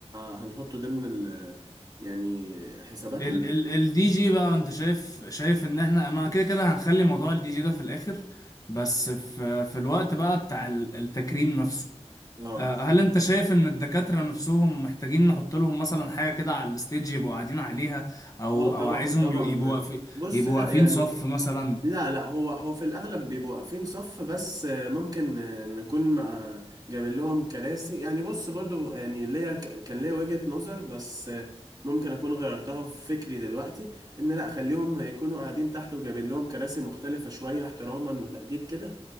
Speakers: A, on the right; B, on the left.
A: هنحطه ضمن ال يعني حساباتنا
B: ال ال الدي جي بقى انت شايف شايف ان احنا انا كده كده هنخلي موضوع الدي جي ده في الاخر بس في في الوقت بقى بتاع ال- التكريم نفسه
A: اه
B: آه، هل انت شايف ان الدكاترة نفسهم محتاجين نحط لهم مثلا حاجة كده على الستيج يبقوا قاعدين عليها او
A: اه طبعا
B: او عايزهم
A: طبعا
B: يبقوا يبقوا واقفين
A: بص
B: يبقوا
A: لا
B: واقفين
A: يعني
B: صف مثلا
A: لا لا هو هو في الاغلب بيبقوا واقفين صف بس آه، ممكن آه، نكون مع جايبين لهم كراسي يعني بص برضو يعني ليا ك- كان ليا وجهة نظر بس آه، ممكن اكون غيرتها في فكري دلوقتي ان لا خليهم يكونوا قاعدين تحت وجايبين لهم كراسي مختلفة شوية احتراما وتقدير كده